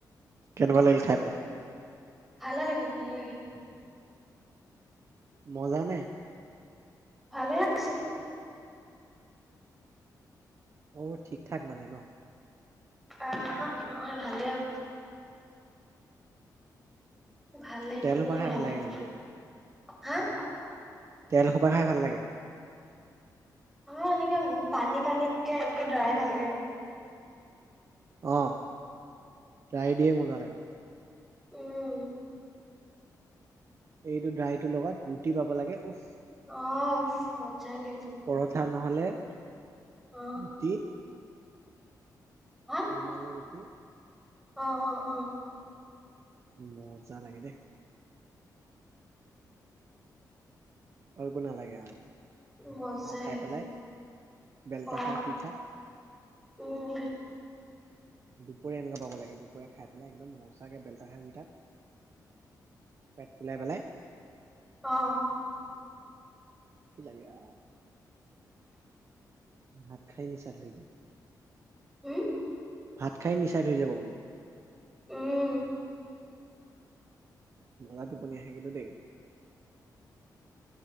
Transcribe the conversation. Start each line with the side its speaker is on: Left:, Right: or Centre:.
Right: কেনেকুৱা লাগিল খাই পেলাই
Centre: ভালে লাগিল ভালে লাগিল।
Right: মজা নে?
Centre: ভাল আছিল।
Right: অ ঠিক ঠাক মানে ন।
Centre: আহ হাঁ নহয় ভালেই হ'ব। ভালেখিনিয়ে
Right: তেল সোপা খাই
Centre: ভাল
Right: লাগে
Centre: আৰু
Right: কিন্তু দেই
Centre: হাঁ
Right: তেল সোপা খাই ভাল লাগে।
Centre: অ এনেকে উম পানী পানীতকে এনেকে ড্ৰাই ভাল লাগে।
Right: আহ ট্ৰাই দিয়ে মজা লাগে।
Centre: উম।
Right: এইটো ড্ৰাইত লগত ৰুটি পাব লাগে উফ
Centre: অ মজাই লাগি যাব
Right: পৰঠা নহ'লে <inaudible>
Centre: অ
Right: কি?
Centre: হা
Right: ৰুমালী ৰুটি
Centre: অ অ অ
Right: মজা লাগে দেই আৰু একো নালাগে আৰু
Centre: মজাই
Right: আৰু খাই
Centre: লাগে
Right: পেলাই বেলটা
Centre: অ
Right: খাই শুই থাক
Centre: উম
Right: দুপৰীয়া এনেকুৱা পাব লাগে দুপৰীয়া খাই পেলাই একদম মজাকে বেলতা খাই শুই থাক পেট ফুলাই পেলাই
Centre: অ
Right: কি লাগে আৰু ভাত খাই নিচা ধৰি যায়
Centre: হম
Right: ভাত খাই নিচা ধৰি যাব বোলো
Centre: উম
Right: মজা টোপনি আহে কিন্তো দেই